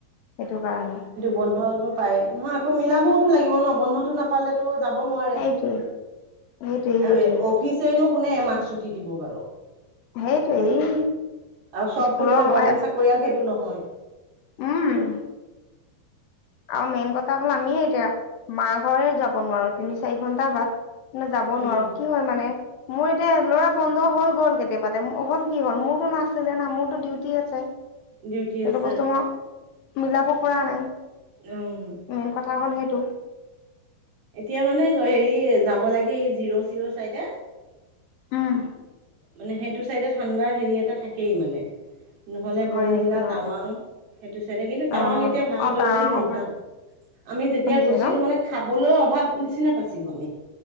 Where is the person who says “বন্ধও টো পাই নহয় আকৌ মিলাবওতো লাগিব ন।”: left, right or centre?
Right